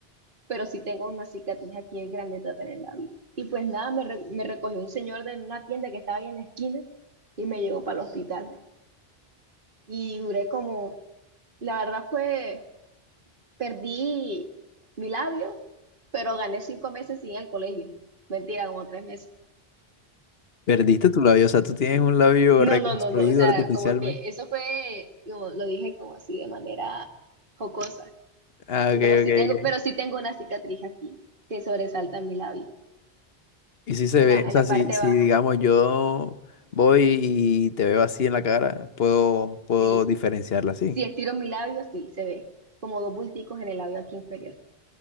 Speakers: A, on the right (about 55°); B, on the left (about 70°).
A: pero sí tengo una cicatriz aquí en grande en el labio. Y pues nada, me, re- me recogió un señor de una tienda que estaba ahí en la esquina y me llevó para el hospital. Y duré como, la verdad fue perdí mi labio, pero gané cinco meses sin ir al colegio. Mentira, como tres meses.
B: Perdiste tu labio, o sea, tú tienes un labio
A: No,
B: reconstruido
A: no, no, no. O sea,
B: artificialmente.
A: como que eso fue, como lo dije como así de manera jocosa.
B: Ah,
A: No,
B: ok,
A: sí
B: ok,
A: tengo,
B: ok.
A: pero sí tengo una cicatriz aquí que sobresalta mi labio,
B: Y si se
A: en
B: ve,
A: la,
B: o
A: en
B: sea,
A: la
B: si,
A: parte
B: si
A: baja.
B: digamos yo voy y te veo así en la cara, puedo, puedo
A: Sí,
B: diferenciarla así.
A: si estiro mi labio, sí, se ve como dos bulticos en el labio aquí inferior.